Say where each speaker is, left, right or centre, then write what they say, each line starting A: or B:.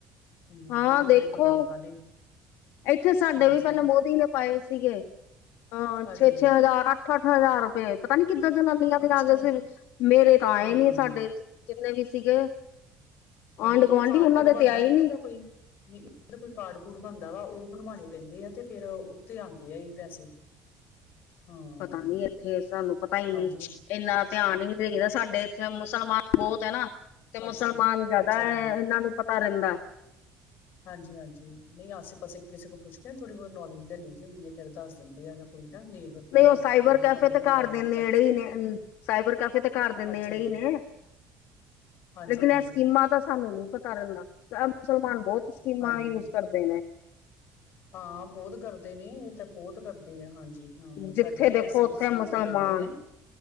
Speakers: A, on the left (about 60°); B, on the left (about 75°).
A: ਹਮ
B: ਹਾਂ
A: ਇਹ ਵੀ
B: ਦੇਖੋ
A: ਬੜੇ ਪੰਗੇ ਖਾਣੇ
B: ਇੱਥੇ ਸਾਡੇ
A: ਹਾਂਜੀ
B: ਵੀ ਪਹਿਲਾਂ ਮੋਦੀ ਨੇ ਪਾਏ ਸੀਗੇ ਅਹ
A: ਅੱਛਾ
B: ਛੇ
A: ਜੀ
B: ਛੇ ਹਜ਼ਾਰ ਅੱਠ ਹਜ਼ਾਰ ਰੁਪਏ ਪਤਾ ਨੀ ਕਿਦਾ ਜਨਾਨੀਆਂ ਦੇ
A: ਅੱਛਾ
B: ਆ ਗਏ ਸੀ ਮੇਰੇ ਤਾਂ ਆਏ
A: ਹਾਂ-ਹਾਂ
B: ਨੀ ਸਾਡੇ ਜਿੰਨੇ ਵੀ ਸੀਗੇ
A: ਹਾਂਜੀ
B: ਆਂਢ
A: ਇੱਕ
B: ਗੁਆਂਢੀ
A: ਕਾਰਡ
B: ਉਹਨਾਂ
A: ਕੂਡ
B: ਦੇ
A: ਬਣਦਾ
B: ਤੇ ਆਏ
A: ਨਾ ਇਹਨਾਂ
B: ਨੀ
A: ਦਾ ਕੋਈ ਜ ਕੋਈ ਕਾਰਡ ਕੂਡ ਬਣਦਾ ਵਾ ਉਹ ਬਣਵਾਉਣੇ ਪੈਂਦੇ ਆ ਤੇ ਫੇਿਰ ਉੱਥੇ ਆਉਂਦੇ ਆ ਇਹ ਪੈਸੇ ਹਾਂ
B: ਪਤਾ ਨੀ ਇੱਥੇ ਸਾਨੂੰ ਪਤਾ ਹੀ ਨਹੀਂ
A: ਹਾਂਜੀ
B: ਇੰਨਾ ਧਿਆਨ ਹੀ ਨ ਦੇਹੀਦਾ ਸਾਡੇ ਇੱਥੇ ਮੁਸਲਮਾਨ ਬਹੁਤ ਹੈ ਨਾ ਤੇ
A: ਅੱਛਾ
B: ਮੁਸਲਮਾਨ ਜਿਆਦਾ
A: ਅੱਛਾ ਜੀ
B: ਇਹਨਾਂ ਨੂੰ ਪਤਾ ਰਹਿੰਦਾ
A: ਹਾਂਜੀ ਹਾਂਜੀ ਨਹੀਂ ਆਸੇ ਪਾਸੇ ਕਿਸੇ ਕੋ ਪੁੱਛ ਕੇ ਥੋੜ੍ਹੀ ਬਹੁਤ ਨੌਲੇਜ ਲੈ ਲਈ ਦੀ ਹੁੰਦੀ ਹੈ ਫੇਿਰ ਦੱਸ ਦਿੰਦੇ ਆ ਜਾਂ ਕੋਈ ਨਾ ਨੇਬਰ
B: ਨਹੀਂ
A: ਕੋਈ
B: ਉਹ
A: ਆ
B: ਸਾਈਬਰ
A: ਆਂਢੀ
B: ਕੈਫੇ
A: ਗੁਆਂਢੀ
B: ਤੇ
A: ਕੋਈ
B: ਘਰ
A: ਮਾੜਾ
B: ਦੇ
A: ਮੋਟਾ
B: ਨੇੜੇ ਹੀ ਨੇ ਸਾਈਬਰ ਕੈਫੇ ਤੇ ਘਰ ਦੇ ਨੇੜੇ
A: ਅੱਛਾ ਜੀ
B: ਹੀ ਨੇ
A: ਹਾਂਜੀ
B: ਲੇਕਿਨ
A: ਹਾਂਜੀ
B: ਇਹ ਸਕੀਮਾਂ ਤਾਂ ਸਾਨੂੰ ਨੀ ਪਤਾ ਰਹਿੰਦਾ ਮੁਸਲਮਾਨ ਬਹੁਤ ਸਕੀਮਾਂ
A: ਹਾਂਜੀ
B: ਯੂਜ ਕਰਦੇ ਨੇ
A: ਹਾਂ ਬਹੁਤ ਕਰਦੇ ਨੇ ਇਹ ਤਾਂ ਬਹੁਤ ਕਰਦੇ ਆ ਹਾਂਜੀ ਹਾਂ
B: ਜਿੱਥੇ
A: ਸਾਡੇ ਵੀ
B: ਦੇਖੋ
A: ਐਸੀ
B: ਉੱਥੇ
A: ਬਸ ਜਿਹੜੇ
B: ਮੁਸਲਮਾਨ
A: ਰਹਿੰਦੇ ਨੇ